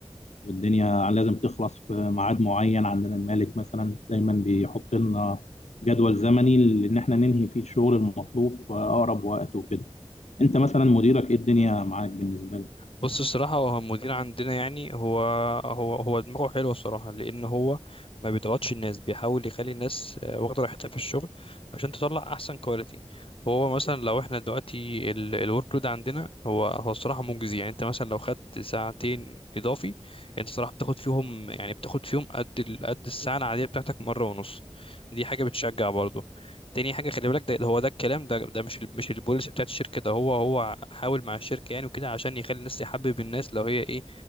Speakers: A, on the left; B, on the left.
A: والدنيا لازم تخلص في ميعاد معين عندنا المالك مثلا دايما بيحط لنا جدول زمني إن إحنا ننهي فيه الشغل المطلوب في أقرب وقت وكده أنت مثلا مديرك إيه الدنيا معاك بالنسبة لك؟
B: بص الصراحة هو المدير عندنا يعني هو هو هو دماغه حلوة الصراحة لأن هو ما بيضغطش الناس بيحاول يخلي الناس آه، واخدة راحتها في الشغل عشان تطلع أحسن كواليتي هو مثلا لو احنا دلوقتي الورك لود عندنا هو هو الصراحة مجزي يعني انت مثلا لو خدت ساعتين إضافي انت صراحة بتاخد فيهم يعني بتاخد فيهم قد ال- قد الساعة العادية بتاعتك مرة ونص دي حاجة بتشجع برضه تاني حاجة خلي بالك ده هو ده الكلام ده ده مش ال- مش البوليسي بتاعت الشركة ده هو هو حاول مع الشركة يعني وكده عشان يخلي الناس يحبب الناس لو هي ايه